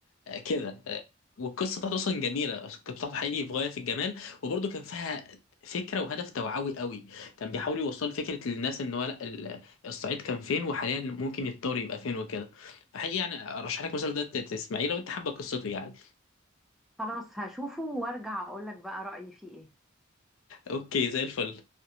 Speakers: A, on the left (about 75°); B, in the centre.
A: آه، كده آه، والقصه بتاعته اصلا جميله القصه بتاعته حقيقي في غايه في الجمال وبرضو كان فيها فكره وهدف توعوي قوي كان بيحاول يوصل فكره للناس ان هو لا ال- الصعيد كان فين وحاليا ممكن يتطور يبقى فين وكده فحقيقي يعني ارشح لك مثلا ده تسمعيه لو انت حابه قصته يعني
B: خلاص هشوفه وارجع اقول لك بقى رأيي فيه ايه
A: اوكي زي الفل